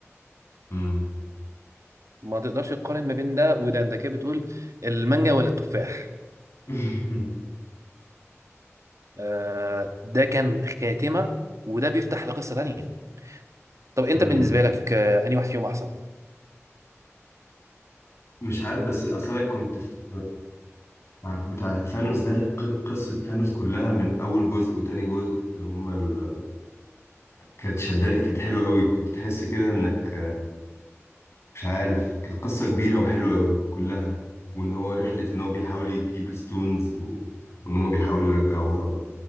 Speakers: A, on the left; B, on the right.
A: مم.
B: ما تقدرش تقارن ما بين ده وده انت كده بتقول المانجا ولا التفاح
A: <laughs>
B: آه ده كان خاتمه وده بيفتح لقصه تانيه طب انت
A: مم.
B: بالنسبه لك آه انهي واحد فيهم احسن
A: مش عارف بس اصل انا كنت في بتاع بتاع ثانوس ده ق- قصة ثانوس كلها من اول جزء وتاني جزء اللي هما ال... كانت شداني كانت حلوة قوي كنت تحس كده انك مش عارف كانت قصة كبيرة وحلوة قوي كلها وان هو رحلة ان هو بيحاول يجيب الستونز و... وان هما بيحاولوا يرجعوها